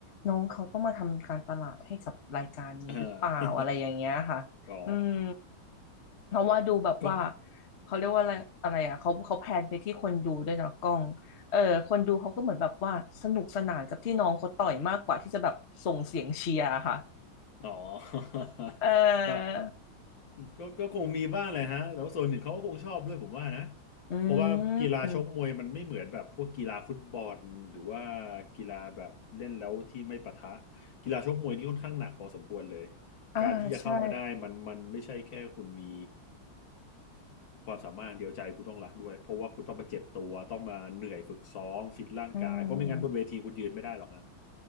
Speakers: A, on the left; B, on the left.
A: น้องเขาต้องมาทำการตลาดให้กับรายการนี้หรือเปล่าอะไรอย่างเงี้ยค่ะอืม
B: เออ <laughs> อ๋อ
A: เพราะว่าดูแบบว่า
B: ก็
A: เขาเรียกว่าอะไรอะไรอ่ะเขาเขาแพลนไปที่คนดูด้วยนะกล้อง เออคนดูเขาก็เหมือนแบบว่าสนุกสนานกับที่น้องเขาต่อยมากกว่าที่จะแบบส่งเสียงเชียร์ค่ะ
B: อ๋อ <laughs>
A: เอ
B: ก็
A: อ
B: ก็ก็คงมีบ้างแหละฮะ แต่ว่าส่วนหนึ่งเขาก็คงชอบด้วยผมว่านะ
A: อื
B: เพราะว่ากีฬาชกมวยมันไม่เหมือนแบบพวกกีฬาฟุตบอลหรือว่า
A: ม
B: กีฬาแบบเล่นแล้วที่ไม่ปะทะกีฬาชกมวยนี่ค่อนข้างหนักพอสมควรเลย
A: อ่าใช่
B: การที่จะเข้ามาได้มันมันไม่ใช่แค่คุณมี ความสามารถเดียวใจคุณต้องรักด้วยเพราะว่าคุณต้องมาเจ็บตัวต้องมาเหนื่อยฝึกซ้อมฟิตร่างกายเพราะไม่งั้นบนเวทีคุณยืนไม่ได้หรอกฮะ
A: อืม